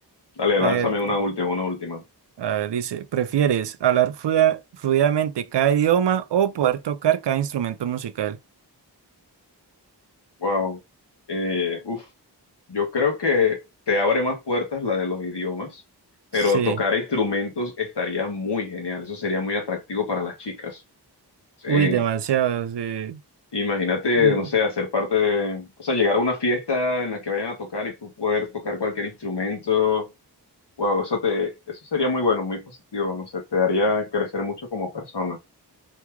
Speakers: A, on the left; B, on the right.
A: Dale,
B: A
A: lánzame
B: ver,
A: una
B: eh,
A: última, una última.
B: a ver, dice, ¿prefieres hablar fluida- fluidamente cada idioma o poder tocar cada instrumento musical?
A: Wow. Eh, uf, yo creo que te abre más puertas la de los idiomas, pero
B: Sí,
A: tocar instrumentos estaría muy genial. Eso sería muy atractivo para las chicas. Sí.
B: uy, demasiado, sí.
A: Imagínate,
B: Mm,
A: no sé, hacer parte de, o sea, llegar a una fiesta en la que vayan a tocar y tú poder tocar cualquier instrumento. Wow, eso te, eso sería muy bueno, muy positivo. No sé, te haría crecer mucho como persona.